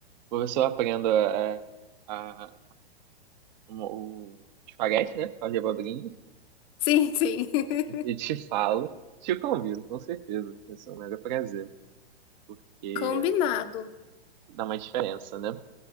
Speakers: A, on the right; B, on the left.
A: O professor aprenda é, a, um- o espaguete, né? Fala de abobrinha
B: Sim, sim. <laughs>
A: <laughs> e te fala. Te convido, com certeza. Vai ser um mega prazer, porque
B: Combinado.
A: dá uma diferença, né?